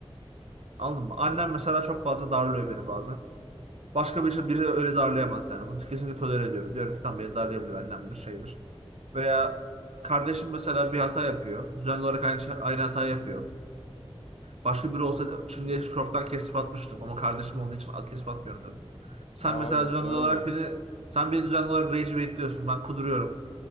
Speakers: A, on the right (about 80°); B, on the left (about 85°).
A: Anladın mı? Annem mesela çok fazla darlıyor beni bazen. Başka bir şey, biri öyle darlayamaz yani. Bunu kesinlikle tolere ediyorum. Diyorum ki tamam beni darlayabilir annemdir şeydir. Veya kardeşim mesela bir hata yapıyor. Düzenli olarak aynı, şey- aynı hata yapıyor. Başka biri olsa şimdi çoktan kesip atmıştım ama kardeşim
B: Hı.
A: olduğu için at kesip atmıyorum tabii. ki. Sen
B: Abi
A: mesela düzenli
B: öyle.
A: olarak beni sen beni düzenli olarak rage baitliyorsun. Ben kuduruyorum.